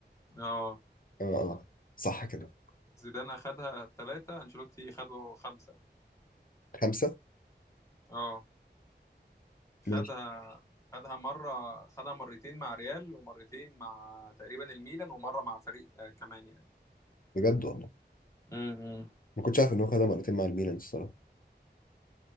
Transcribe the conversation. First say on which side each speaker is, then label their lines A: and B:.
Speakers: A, on the left; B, on the left.
A: اه
B: اه آه. صح كده
A: زيدان أخدها ثلاثة أنشيلوتي خده خمسة
B: خمسة
A: اه خدها
B: ماشي
A: خدها مرة خدها مرتين مع ريال ومرتين مع تقريبا الميلان ومرة مع فريق آه، كمان يعني
B: بجد والله
A: امم
B: ما كنتش عارف ان هو خدها مرتين مع الميلان الصراحة